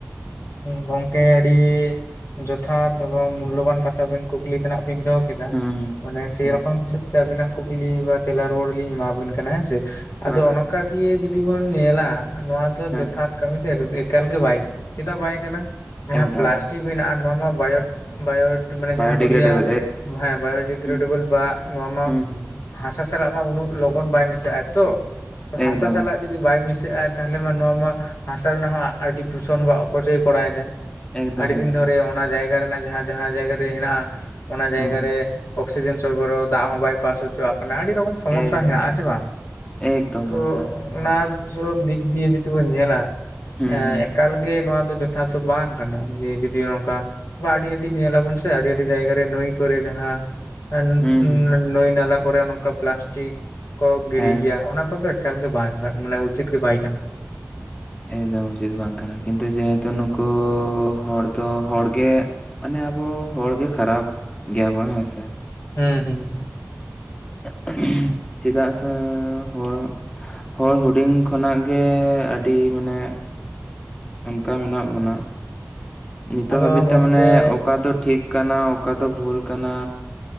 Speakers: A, on the left; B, on the left.
A: ᱜᱚᱝᱠᱮ ᱟᱹᱰᱤ ᱡᱚᱛᱷᱟᱛ ᱮᱵᱚᱝ ᱢᱩᱞᱞᱚᱵᱟᱱ ᱠᱟᱛᱷᱟ ᱵᱤᱱ ᱠᱩᱠᱞᱤ ᱛᱮᱱᱟᱜ ᱵᱤᱱ ᱫᱚᱦᱚ ᱠᱮᱫᱟ
B: ᱦᱩᱸ ᱦᱩᱸ
A: ᱢᱟᱱᱮ ᱥᱮᱭ
B: ᱮᱠᱫᱚᱢ
A: ᱨᱚᱠᱚᱢ ᱦᱤᱥᱟᱹᱵᱽ ᱛᱮ ᱟᱵᱤᱱᱟᱜ ᱠᱩᱠᱞᱤ ᱵᱟ ᱛᱮᱞᱟ ᱨᱩᱣᱟᱹᱲ ᱞᱤᱧ ᱮᱢᱟ ᱵᱤᱱ ᱠᱟᱱᱟ ᱦᱮᱸ ᱥᱮ᱾
B: ᱦᱮᱸ
A: ᱟᱫᱚ ᱚᱱᱠᱟ ᱜᱮ ᱡᱩᱫᱤ ᱵᱚᱱ ᱧᱮᱞᱟ ᱱᱚᱣᱟ ᱫᱚ
B: ᱦᱮᱸ
A: ᱡᱚᱛᱼᱼ ᱟᱫᱽ ᱠᱟᱢᱤ‌ ᱫᱚ ᱮᱠ‌ᱫᱚ ᱮᱠᱟᱞ ᱜᱮ ᱵᱟᱭ ᱜᱟᱱᱟ ᱪᱮᱫᱟᱜ ᱵᱟᱭ ᱜᱟᱱᱟ ᱡᱟᱦᱟᱸ
B: ᱮᱠᱫᱚᱢ
A: ᱯᱞᱟᱥᱴᱤᱠ ᱦᱩᱭ ᱱᱟ ᱟᱨ ᱱᱚᱣᱟ ᱢᱟ ᱵᱟᱭᱳᱰ ᱵᱟᱭᱳ‌ᱰ ᱢᱟᱱᱮ
B: ᱵᱟᱭᱳᱰᱤᱜᱨᱮᱰᱮᱵᱚᱞ
A: ᱡᱟᱦᱟᱸ ᱠᱚ ᱞᱟᱹᱭᱟ
B: ᱮ
A: ᱵᱟ ᱦᱮᱸ ᱵᱟᱭᱳ ᱰᱤᱜᱨᱮᱰᱮᱵᱚᱞ
B: ᱦᱩᱸ
A: ᱵᱟ ᱱᱚᱣᱟ ᱢᱟ
B: ᱦᱩᱸ ᱦᱩᱸ
A: ᱦᱟᱥᱟ ᱥᱟᱞᱟᱜ ᱢᱟ ᱩᱱᱟᱹᱜ ᱞᱚᱜᱚᱱ ᱵᱟᱭ ᱢᱮᱥᱟᱜ-ᱟ ᱛᱚ, ᱛᱚ
B: ᱮᱠᱫᱚᱢ
A: ᱦᱟᱥᱟ ᱥᱟᱞᱟᱜ ᱡᱩᱫᱤ ᱡᱩᱫᱤ ᱵᱟᱭ ᱢᱤᱥᱟᱹᱜ-ᱟ ᱛᱟᱦᱚᱞᱮ ᱢᱟ ᱱᱚᱣᱟ ᱢᱟ ᱦᱟᱥᱟ ᱨᱮᱱᱟᱜ ᱦᱚᱸ ᱟᱰᱤ ᱫᱩᱥᱚᱱ ᱵᱟ ᱚᱯᱚᱪᱚᱭ ᱠᱚᱨᱟᱣ ᱫᱟᱭ ᱾
B: ᱮᱠᱫᱚᱢ
A: ᱟᱰᱤ ᱫᱤᱱ
B: ᱮᱠᱫᱚᱢ
A: ᱫᱷᱚᱨᱮ ᱚᱱᱟ ᱡᱟᱭᱜᱟ ᱨᱮᱱᱟᱜ ᱡᱟᱦᱟᱸ ᱡᱟᱭᱜᱟ ᱨᱮ ᱦᱮᱱᱟᱜ-ᱟ ᱚᱱᱟ ᱡᱟᱭᱜᱟ
B: ᱦᱩᱸ
A: ᱨᱮ ᱚᱠᱥᱤᱡᱮᱱ ᱥᱚᱨᱵᱚᱨ ᱦᱚᱸ ᱫᱟᱜ ᱦᱚᱸ ᱵᱟᱭ ᱯᱟᱥ ᱚᱪᱚᱣᱟᱜ ᱠᱟᱱᱟ ᱟᱰᱤ‌ ᱨᱚᱠᱚᱢ ᱥᱚᱢᱚᱥᱥᱟ
B: ᱮᱠᱫᱚᱢ
A: ᱦᱮᱱᱟᱜ-ᱟ ᱪᱮ ᱵᱟᱝ
B: ᱮᱠᱫᱚᱢ
A: ᱛᱚ
B: ᱫᱟ ᱦᱮᱸ
A: ᱚᱱᱟ ᱥᱚᱵ ᱫᱤᱠ ᱫᱤᱭᱮ ᱡᱩᱫᱤ ᱵᱚᱱ ᱧᱮᱞᱟ
B: ᱦᱩᱸ
A: ᱮᱸ
B: ᱦᱩᱸ
A: ᱮᱠᱟᱞ ᱜᱮ ᱱᱚᱣᱟ ᱫᱚ ᱡᱚᱛᱷᱟᱛ ᱫᱚ ᱵᱟᱝ ᱠᱟᱱᱟ ᱡᱮ ᱡᱩᱫᱤ ᱱᱚᱝᱠᱟ ᱱᱚᱣᱟ ᱟᱹᱰᱤ ᱟᱹᱰᱤ ᱧᱮᱞᱟᱵᱚᱱ ᱥᱮ ᱟᱹᱰᱤ ᱟᱹᱰᱤ ᱡᱟᱭᱜᱟ ᱨᱮ ᱱᱩᱭ ᱠᱚᱨᱮ ᱡᱟᱦᱟᱸ <unintelligible>
B: ᱦᱩᱸ ᱦᱩᱸ
A: ᱱᱟᱹᱭ ᱱᱟᱞᱟ ᱠᱚᱨᱮ ᱱᱚᱝᱠᱟ ᱯᱞᱟᱥᱴᱤᱠ ᱠᱚ ᱜᱤᱲᱤ
B: ᱦᱮᱸ
A: ᱜᱮᱭᱟ ᱚᱱᱟ ᱠᱚᱫᱚ ᱮᱠᱟᱞ ᱜᱮ ᱵᱟᱭ ᱢᱟᱱᱮ ᱩᱪᱤᱛ ᱜᱮ ᱵᱟᱭ ᱠᱟᱱᱟ ᱾
B: ᱮᱠᱫᱚᱢ ᱩᱪᱤᱛ ᱵᱟᱝ ᱠᱟᱱᱟ ᱠᱤᱱᱛᱩ ᱡᱮᱦᱮᱛᱩ ᱱᱩᱠᱩ ᱦᱚᱲ ᱛᱚ ᱦᱚᱲᱜᱮ ᱢᱟᱱᱮ ᱟᱵᱚ ᱦᱚᱲᱜᱮ ᱠᱷᱟᱨᱟᱯ ᱜᱮᱭᱟᱵᱚ ᱦᱮᱸ ᱥᱮ ᱾
A: ᱦᱩᱸ ᱦᱩᱸ ᱾
B: <unintelligible> ᱪᱮᱫᱟᱜ ᱥᱮ ᱦᱚᱲ ᱦᱚᱲ ᱦᱩᱰᱤᱧ ᱠᱷᱚᱱᱟᱜ ᱜᱮ ᱟᱹᱰᱤ ᱢᱟᱱᱮ ᱚᱱᱠᱟ ᱢᱮᱱᱟᱜ ᱵᱚᱱᱟ, ᱱᱤᱛᱚᱜ
A: ᱟᱫᱚ
B: ᱦᱟᱹᱵᱤᱡ ᱛᱮ
A: ᱜᱚᱝᱠᱮ
B: ᱢᱟᱱᱮ ᱚᱠᱟ ᱫᱚ ᱴᱷᱤᱠ ᱠᱟᱱᱟ ᱚᱠᱟ ᱫᱚ ᱵᱷᱩᱞ ᱠᱟᱱᱟ